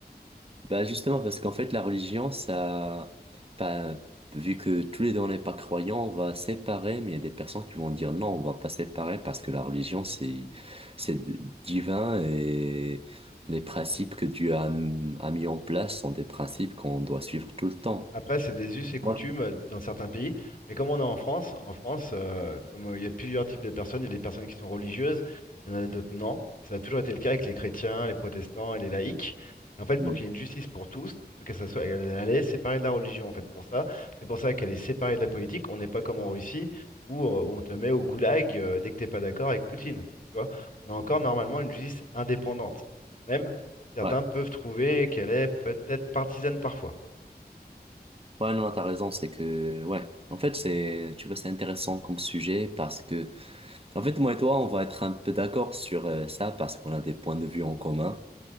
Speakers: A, on the right; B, on the left.
A: Bah justement, parce qu'en fait, la religion, ça, pas vu que tous les deux on n'est pas croyants, on va séparer, mais il y a des personnes qui vont dire non, on va pas séparer parce que la religion, c'est, c'est divin et les principes que Dieu a, a mis en place sont des principes qu'on doit suivre tout le temps.
B: Après, c'est des us et coutumes
A: Moi, je-
B: euh, dans certains pays. Mais comme on est en France, en France, euh, comme euh, il y a plusieurs types de personnes, il y a des personnes qui sont religieuses, il y en a d'autres non. Ça a toujours été le cas avec les chrétiens, les protestants et les laïcs. Et en fait,
A: Mm.
B: pour qu'il y ait une justice pour tous, il faut qu'elle ça soit, elle, elle est séparée de la religion, en fait, pour ça. C'est pour ça qu'elle est séparée de la politique. On n'est pas comme en Russie où euh, on te met au goulag euh, dès que t'es pas d'accord avec Poutine. Tu vois, on a encore normalement une justice indépendante. Même certains
A: Ouais.
B: peuvent trouver qu'elle est peut-être partisane parfois.
A: Ouais, non, t'as raison, c'est que, ouais. En fait, c'est, tu vois, c'est intéressant comme sujet parce que, en fait, moi et toi, on va être un peu d'accord sur euh, ça parce qu'on a des points de vue en commun.